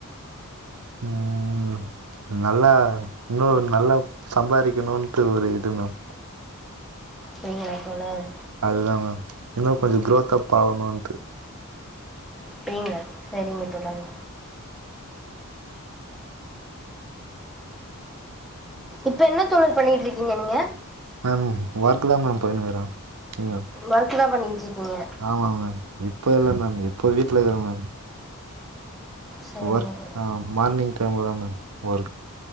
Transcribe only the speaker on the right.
ம் ம் ல நல்லா இன்னு நல்லா சம்பாரிக்கனுட்டு ஒரு இது மேம்
அதுதா மேம் இன்ன கொஞ்ச குரோத் அப் ஆகணுன்ட்டு
மேம் ஒர்க்கு தா மேம் போயினுக்குறே இங்க
ஆமா மேம் இப்ப இல்ல மேம் இப்ப வீட்ல இருக்குறே மேம்
ஒர்க்
ஆம் மார்னிங் டைம்ல தா ஒர்க்